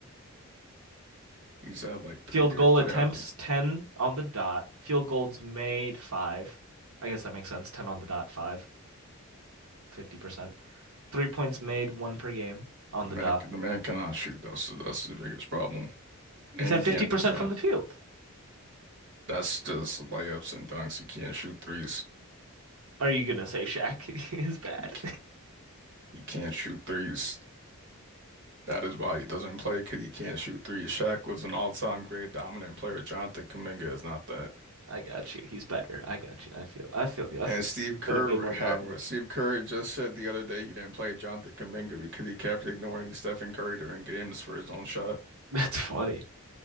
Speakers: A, on the right; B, on the right.
A: He's had like
B: Field
A: three good
B: goal
A: playoff
B: attempts
A: games.
B: 10 on the dot. Field goals made five. I guess that makes sense. 10 on the dot, five, 50%. Three points made, one per game on
A: The
B: the
A: man,
B: dot.
A: the man cannot shoot. That's that's the biggest problem, and
B: He's at
A: he can't
B: 50%
A: defend.
B: from the field.
A: That's just layups and dunks. He can't shoot threes.
B: Are you gonna say Shaq <laughs> is bad?
A: He, c- he can't shoot threes. That is why he doesn't play because he can't shoot threes. Shaq was an all-time great dominant player. Jonathan Kuminga is not that.
B: I got you. He's better. I got you. I feel I feel you. I
A: And
B: feel
A: Steve
B: he's
A: Kerr
B: been a bit more
A: had
B: dominant.
A: Steve Kerr just said the other day he didn't play Jonathan Kuminga because he kept ignoring Stephen Curry during games for his own shot.
B: That's funny.